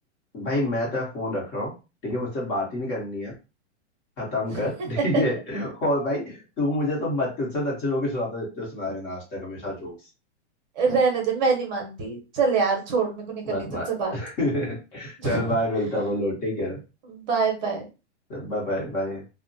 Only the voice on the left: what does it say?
भाई मैं तो फोन रख रहा हूँ ठीक है मुझसे बात ही नहीं करनी है खत्म
कर ठीक है और भाई तू मुझे तो मत तुझसे तो अच्छे जोक ही सुनाता रहते हो सुनाए मैंने आज तक हमेशा जोक्स
मत
मार
<laughs> चल
बाय मिलता है बोलो ठीक है
Bye bye bye